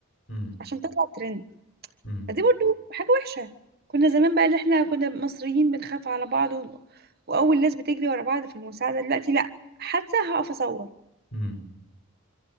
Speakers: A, on the left (about 60°); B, on the right (about 45°).
A: امم
B: عشان تطلع ترند
A: امم
B: فدي برضو حاجة وحشة كنا زمان بقى اللي احنا كنا مصريين بنخاف على بعض و... وأول ناس بتجري ورا بعض في المساعدة دلوقتي لأ حتى هقف أصور
A: امم